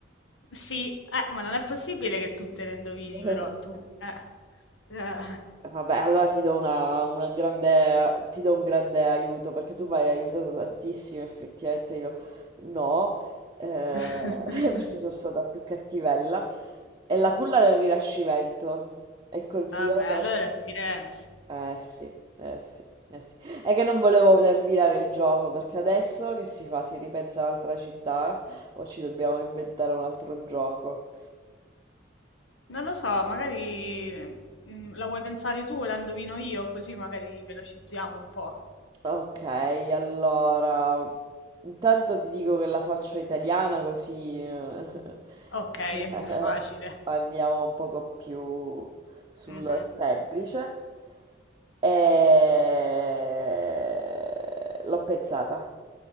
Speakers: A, on the left (about 85°); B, on the right (about 25°).
A: Sì, eh, ma non è possibile che tu te le indovini,
B: <laughs>
A: però tu... eh, eh.
B: Vabbè, allora ti do una, una grande, ti do un grande aiuto perché tu mi hai aiutato tantissimo, effettivamente io no, eh,
A: <laughs>
B: <laughs> perché sono stata più cattivella. È la culla del Rinascimento, è considerata
A: Vabbè, allora
B: la...
A: è Firenze.
B: Eh sì, eh sì, eh sì. È che non volevo terminare il gioco perché adesso che si fa? Si ripensa un'altra città o ci dobbiamo inventare un altro gioco?
A: Non lo so, magari mm, la vuoi pensare tu e la indovino io, così magari velocizziamo un po'.
B: Ok, allora, intanto ti dico che la faccio italiana così eh,
A: Ok,
B: <laughs>
A: è più facile.
B: andiamo un poco più sul
A: Mhm.
B: semplice. E... L'ho pensata.